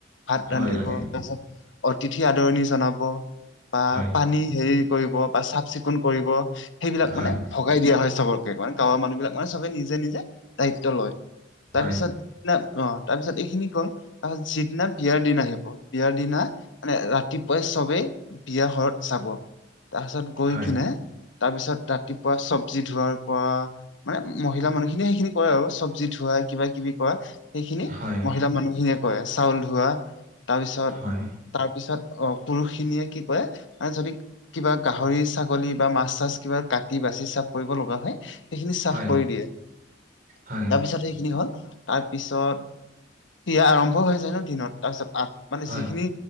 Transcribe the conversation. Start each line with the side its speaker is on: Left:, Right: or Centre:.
Left: ভাত
Right: হয়
Left: ৰান্ধিব
Right: লাগে
Left: তাৰপিছত তিথি আদৰণি জনাব বা
Right: হয়
Left: পানী হেৰি কৰিব বা চাফ চিকুণ কৰিব সেইবিলাক
Right: হয়
Left: মানে ভগাই দিয়া হয় চবকে মানে গাঁৱৰ মানুহ বিলাক মানে চবে নিজে নিজে দায়িত্ব লয় তাৰপিছত
Right: হয়
Left: না অ তাৰপিছত এইখিনি গল তাপিছত যিদিনা বিয়াৰ দিন আহিব বিয়াৰ দিনা মানে ৰাতিপুৱাই চবেই বিয়া ঘৰত চাব তাৰপিছত গৈ
Right: হয়
Left: কিনে তাৰপিছত ৰাতিপুৱা চব চবজি ধোৱাৰ পৰা মানে মহিলা মানুহখিনিয়ে সেইখিনি কৰে আৰু চব্জি ধোৱা কিবা কিবি কৰা। সেইখিনি
Right: হয়
Left: মহিলা মানুহখিনিয়ে কৰে। চাউল ধোৱা তাৰ পিছত
Right: হয়
Left: তাৰ পিছত অ', পুৰুষ খিনিয়ে কি কৰে যদি কিবা গাহৰি ছাগলী বা মাছ চাছ কিবা কাটি বা চাফ কৰিব লগা হয় সেইখিনি চাফ
Right: হয়
Left: কৰি দিয়ে। তাৰপিছত
Right: হয়
Left: সেইখিনি হ'ল তাৰ পিছত বিয়া আৰম্ভও হৈ যায় ন দিনত তাৰপিছত আ মানে
Right: হয়
Left: যিখিনি